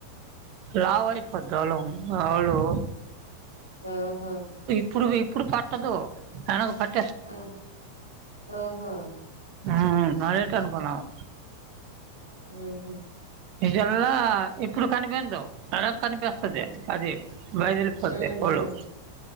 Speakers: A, on the right; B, on the right.
A: లావయి కొద్దళం ఆళు
B: మ్మ్ హ్మ్
A: ఇప్పుడు ఇప్పుడు పట్టదు తనకు పట్
B: మ్మ్ ఓహో
A: ఆ <unintelligible> అనుకున్నావు
B: మ్మ్ హ్మ్
A: నిజంగా ఇప్పుడు కనిపీదు తర్వాత కనిపిస్తది అది వదలిపోతే
B: మ్మ్ హు
A: వాళ్ళు